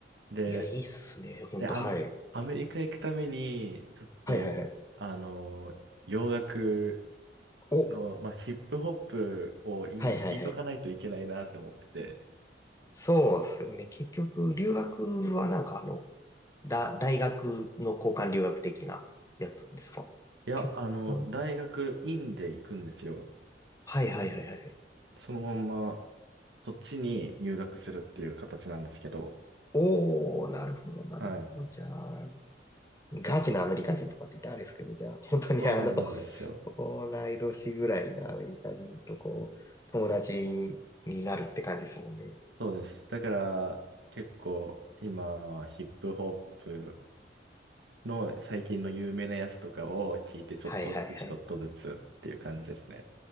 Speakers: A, on the right (about 85°); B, on the left (about 20°).
A: で、
B: いや、いいっすね。ほんと、
A: で、アメ、
B: はい。
A: アメリカ行くために、ちょっと、
B: はいはいはい。
A: あの、洋楽
B: お、
A: の、まあ、ヒップホップを今聞いとかないといけないなって思ってて。
B: はいはいはい。そうっすよね。結局、留学はなんかあの、だ、大学の交換留学的なやつですか結構、
A: いや、あの、大学院で行くんですよ。
B: はいはいはいはい。
A: そのまんま、そっちに入学するっていう形なんですけど。
B: おー、なるほど、なるほど。
A: はい。
B: じゃあ、ガチなアメリカ人とかって言ったらあれですけど、じゃあ、本当にあの、
A: そうなんですよ。
B: 同い年ぐらいのアメリカ人とこう、友達になるって感じですもんね。
A: そうです。だから、結構、今はヒップホップの最近の有名なやつとかを聞いて、ちょっとずつ、
B: はいはいはい。
A: ちょっとずつっていう感じですね。